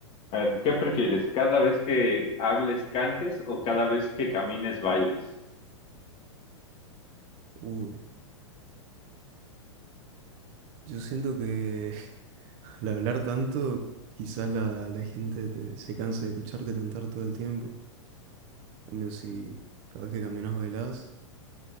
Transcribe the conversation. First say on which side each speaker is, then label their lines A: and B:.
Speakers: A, on the left; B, on the right.
A: A ver, ¿qué prefieres? ¿Cada vez que hables cantes o cada vez que camines bailes?
B: Uy, yo siento que Al hablar tanto, quizás la, la gente te- se canse de escucharte cantar todo el tiempo. En cambio, si cada vez que caminas bailás,